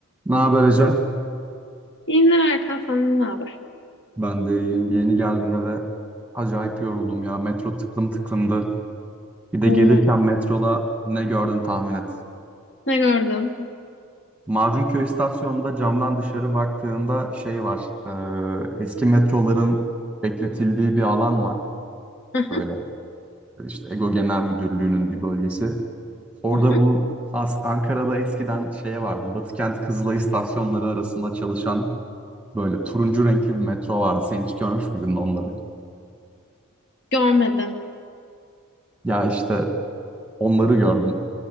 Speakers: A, in the centre; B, on the left.
A: Ne haber Ece?
B: İyiler Erkan senden ne haber?
A: Ben de iyiyim. Yeni geldim eve. Acayip yoruldum ya. Metro tıklım tıklımdı. Bir de
B: Oo.
A: gelirken metroda ne gördüm tahmin et.
B: Ne gördün?
A: Macunköy istasyonunda camdan dışarı baktığında şey var. e, eski metroların bekletildiği bir alan var.
B: Hı hı,
A: Böyle işte EGO Genel Müdürlüğü'nün bir bölgesi. Orada
B: hı hı.
A: bu As- Ankara'da eskiden şey vardı. Batıkent Kızılay istasyonları arasında çalışan böyle turuncu renkli bir metro vardı. Sen hiç görmüş müydün onları?
B: Görmedim.
A: Ya işte Onları gördüm.